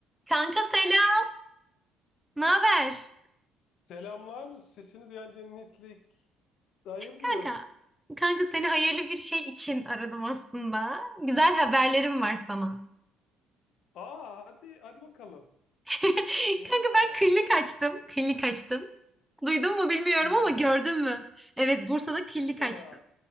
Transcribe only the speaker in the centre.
Kanka selam. Ne haber?
Kanka, kanka seni hayırlı bir şey için aradım aslında. Güzel haberlerim var sana.
<laughs>
Kanka ben
klinik açtım. Klinik açtım. Duydun mu bilmiyorum
ama gördün mü? Evet, Bursa'da klinik
açtım.